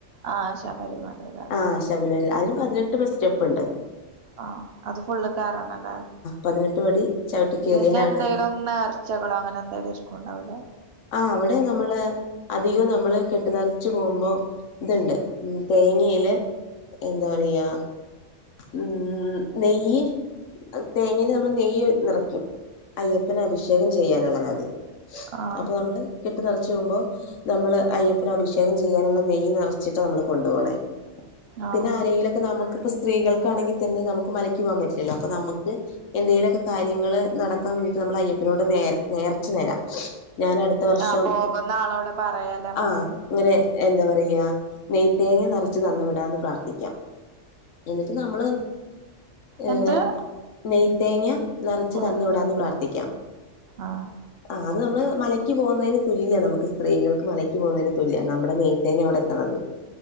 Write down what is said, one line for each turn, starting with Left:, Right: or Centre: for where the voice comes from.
Right: ആഹ് ശബരിമലയിലാല്ലേ
Left: ആഹ് ശബരിമലേല് അതിന് പതിനെട്ട് സ്റ്റെപ്പ്ണ്ട്
Right: ആഹ് അത് ഫുള്ള് കേറണംല്ലേ
Left: പതിനെട്ട് പടി ചവിട്ടി കേറിയാലാണ്
Right: പിന്നെ എന്തെങ്കിലും നേർ ച്ചകളോ അങ്ങനെന്തേലും ഏര്ക്കുണ്ടാവുംല്ലേ
Left: ആഹ് അവിടെ നമ്മള് അധികം നമ്മള് കെട്ട് നെറച്ച് പോകുമ്പൊ ഇത്ണ്ട് ഉം തേങ്ങയില് എന്താ പറയാ ഉം നെയ്യ് അഹ് തേങ്ങയില് നമ്മള് നെയ്യ് നിറയ്ക്കും അയ്യപ്പന് അഭിഷേകം ചെയ്യാന്ള്ളതാ അത്
Right: ആഹ്
Left: അപ്പൊ നമ്മള് കെട്ട് നെറച്ച് പോകുമ്പോ നമ്മള് അയ്യപ്പന് അഭിഷേകം ചെയ്യാനുള്ള നെയ്യ് നെറച്ചിട്ടാ നമ്മള് കൊണ്ടുപോണേ
Right: ആഹ്
Left: പിന്നെ ആരേങ്കിലൊക്കെ നമുക്ക്പ്പ സ്ത്രീകൾക്കാണെങ്കിതന്നെ നമുക്ക് മലയ്ക്ക് പോവാൻ പറ്റില്ലല്ലോ അപ്പൊ നമ്ക്ക് എന്തേലു ഒക്കെ കാര്യങ്ങള് നടക്കാൻ വേണ്ടിട്ട് നമ്മള് അയ്യപ്പനോട് നേ നേർച്ച നേരാം ഞാൻ അട് ത്ത വർഷം
Right: ആഹ് പോകുന്ന ആളോട് പറയാലേ നമ്മക്ക്
Left: ആഹ് ഇങ്ങനെ എന്താ പറയാ നെയ്തേങ്ങ നെറച്ച് തന്ന് വിടാ എന്ന് പ്രാർത്ഥിക്ക്യാ എന്നിട്ട് നമ്മ്ള് ഏഹ്
Right: എന്ത്
Left: നെയ് തേങ്ങ നിറച്ച്
Right: ഉം
Left: തന്നു വിടാന്ന് പ്രാർത്ഥിക്ക്യാം
Right: ആഹ്
Left: ആഹ് അത് നമ്മ്ള് മലയ്ക്ക് പോകുന്നേന് തുല്യ നമുക്ക് സ്ത്രീകൾക്ക് മലയ്ക്ക് പോകുന്നതിന് തുല്യാ നമ്മടെ നെയ്തേങ്ങ അവിടെ എത്ത്ണത്